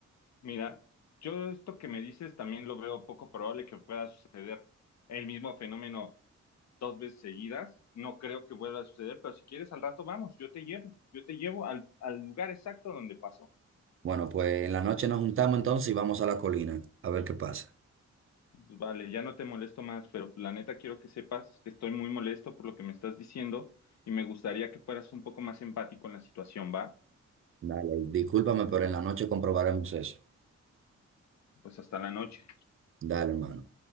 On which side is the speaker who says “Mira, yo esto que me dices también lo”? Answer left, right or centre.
Left